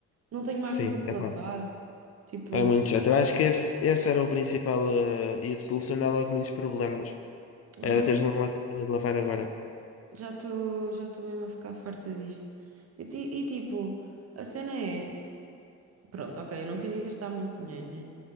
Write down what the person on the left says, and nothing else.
Sim,
é
pá.
É muito chato. Eu acho que esse, esse era o principal. eh, ia solucionar logo muitos problemas.
Era teres uma máquina de lavar agora.